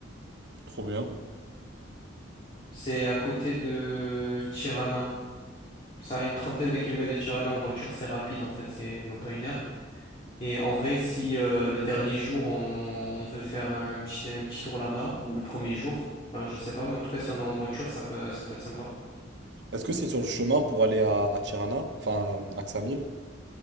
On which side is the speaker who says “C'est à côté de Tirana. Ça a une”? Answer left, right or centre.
Left